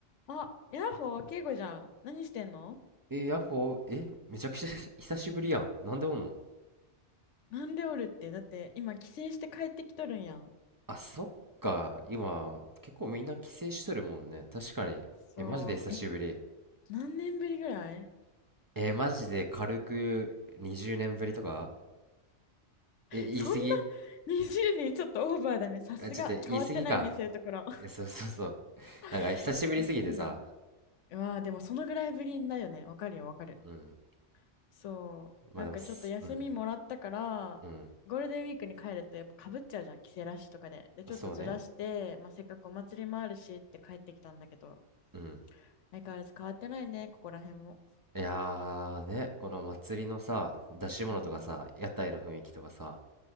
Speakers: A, on the left; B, on the right.
A: あ、ヤッホー、ケイコじゃん。何してんの
B: えーヤッホー、え、めちゃくちゃ <laughs> 久しぶりやん。なんでおんの
A: なんでおるって。だって、今、帰省して帰ってきとるんやん。
B: あ、そっか。今、結構みんな帰省しとるもんね。確かに。
A: そう。
B: え、マジで久しぶり。
A: え、何年ぶりぐらい
B: え、マジで軽く20年ぶりとかえ、言い過ぎ
A: そんな20年ちょっとオーバーだね。さすが。
B: あ、ちょっと言い過ぎか。
A: 変わってないね、そういうところ。
B: え、そうそうそう。なんか久しぶりすぎてさ。
A: <laughs> 20年。うわあでもそのぐらいぶりだよね。わかるよ、わかる。
B: うん。
A: そう。
B: まあでもす、
A: なんかちょっと休みもらったから、
B: うん、うん。
A: ゴールデンウィークに帰るとやっぱかぶっちゃうじゃん、帰省ラッシュとかで。で、ちょっとずらして、
B: そうね。
A: まあ、せっかくお祭りもあるしって帰ってきたんだけど、
B: うん。
A: 相変わらず変わってないね、ここら辺も。
B: いやーね、この祭りのさ、出し物とかさ、
A: うん。
B: 屋台の雰囲気とかさ、